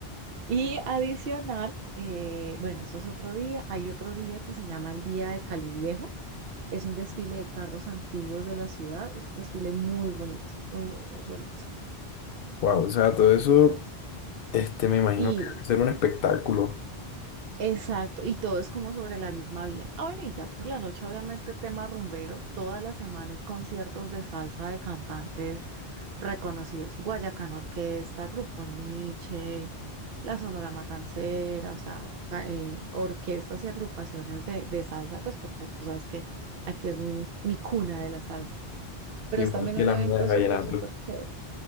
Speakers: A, on the right (about 65°); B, on the left (about 65°).
A: Y adicional, eh, bueno, eso es otro día, hay otro día que se llama el Día de Cali Viejo Es un desfile de carros antiguos de la ciudad. Es un desfile muy bonito, muy, muy, muy bonito.
B: Wow, o sea, todo eso, este, me imagino
A: Y
B: que va a ser un espectáculo,
A: exacto, y todo es como sobre la misma vía. Ah, bueno, y ya por la noche, obviamente, tema rumbero. Toda la semana hay conciertos de salsa de cantantes reconocidos. Guayacán Orquesta, Grupo Niche, la Sonora Matancera, o sea, ca- eh, orquestas y agrupaciones de, de salsa, pues porque tú sabes que aquí es mi, mi cuna de la salsa. Pero
B: igual
A: es también
B: que
A: un
B: la
A: evento
B: mina de vallenato.
A: súper, súper chévere.